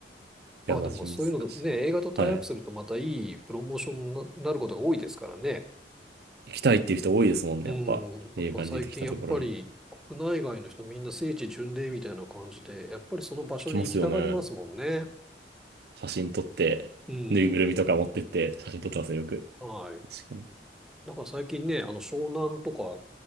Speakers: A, in the centre; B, on the right (about 60°).
A: まあでもそういうのね、
B: いや、マジ難しい。
A: 映画とタイアップするとまたいいプロモーションになることが多いですからね。
B: はい。行きたいっていう人多いですもんね、
A: うん。
B: やっぱ。
A: やっぱ最近やっぱり国内外の人みんな聖地巡礼みたいな感じで、
B: 映画に出てきたところに。
A: やっぱりその場所に行きたがりますもんね。
B: 行きますよね。写真撮って、
A: うん。
B: ぬいぐるみとか持ってって、写真撮ってますね、よく。
A: はい。
B: 確かに。
A: なんから最近ね、あの、湘南とか、